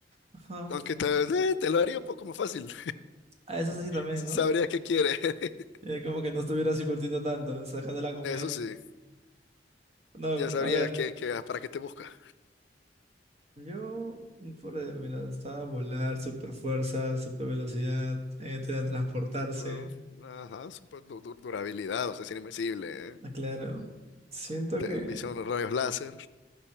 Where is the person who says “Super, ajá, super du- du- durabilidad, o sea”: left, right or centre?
Left